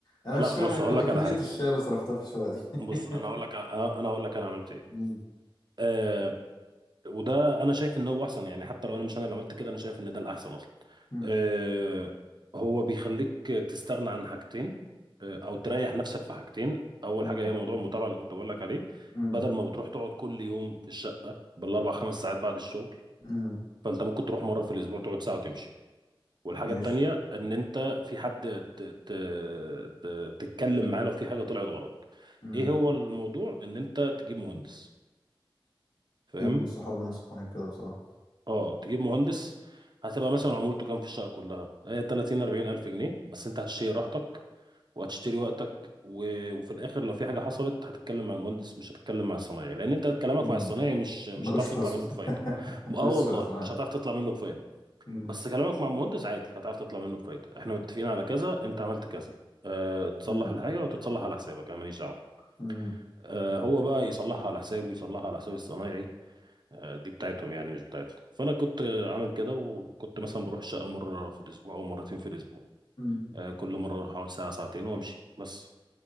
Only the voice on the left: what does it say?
انا مش
فاهم
الكو-
ايه
كميه
الشاي اللي صرفتها في الشقه دي
<laughs>
مم،
مم،
مم،
مم،
مم،
ماشي
مم.
كتير من صحابي نصحوني بكده بصراحه
مم.
ملوش
لازمة
<laughs>
ملوش
لازمة
مم.
مم.
مم.
مم.